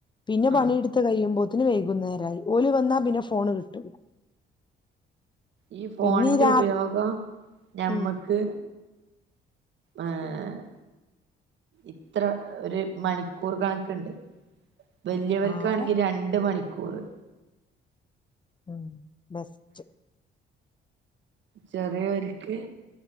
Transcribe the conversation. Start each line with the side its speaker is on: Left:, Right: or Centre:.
Left: പിന്നെ പണിയെടുത്ത്
Right: ആഹ്
Left: കഴിയുമ്പോ ത്തിനും വൈകുന്നേരായി. ഓല് വന്നാ പിന്നെ ഫോണ് കിട്ടൂലാ
Right: ഈ ഫോണിന്റെ
Left: പിന്നെ ഈ രാ
Right: ഉപയോഗം ഞമ്മക്ക്
Left: ഉം
Right: ആഹ് ഇത്ര ഒരു മണിക്കൂർ കണക്ക്ണ്ട് വലിയവർക്കാണെങ്കിൽ
Left: ആരാ
Right: രണ്ട് മണി ക്കൂറ്.
Left: ഉം ബെസ്റ്റ്
Right: ചെറിയൊക്ക്